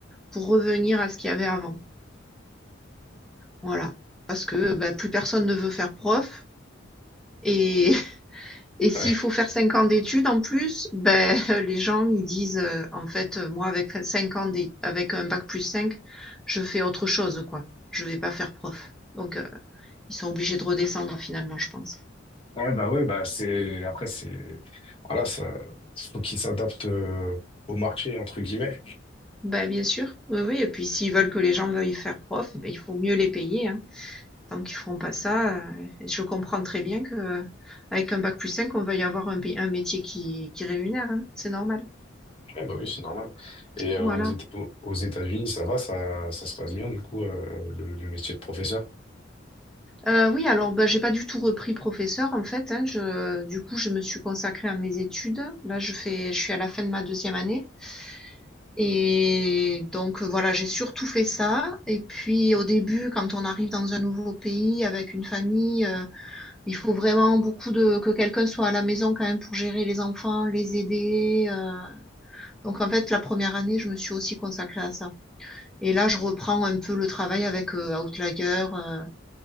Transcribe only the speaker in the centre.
pour revenir à ce qu'il y avait avant. Voilà, parce que, bah, plus personne ne veut faire prof et <laughs> et s'il
faut faire 5 ans d'études en plus, ben, <laughs> les gens, ils disent, heu: «En fait, euh, moi, avec 5 ans d'é avec un bac plus cinq je fais autre chose, quoi. Je vais pas faire prof», donc heu, ils sont obligés de redescendre finalement, je pense.
Bah, bien sûr, oui, oui, et puis s'ils veulent que les gens veuillent faire prof, eh ben, il faut mieux les payer, hein. Tant qu'ils feront pas ça, euh, je comprends très bien que euh, avec un bac plus 5 on veuille avoir un, pay- un métier qui, qui rémunère, hein. C'est normal.
Voilà.
Euh, oui, alors bah, j'ai pas du tout repris professeur en fait. hein. Je, du coup, je me suis consacrée à mes études. Là, je fais, je suis à la fin de ma deuxième année. Et donc euh, voilà, j'ai surtout fait ça. Et puis au début, quand on arrive dans un nouveau pays avec une famille, euh, Il faut vraiment beaucoup de que quelqu'un soit à la maison quand même pour gérer les enfants, les aider. euh. Donc en fait, la première année, je me suis aussi consacrée à ça. Et là, je reprends un peu le travail avec euh, Outlier. euh,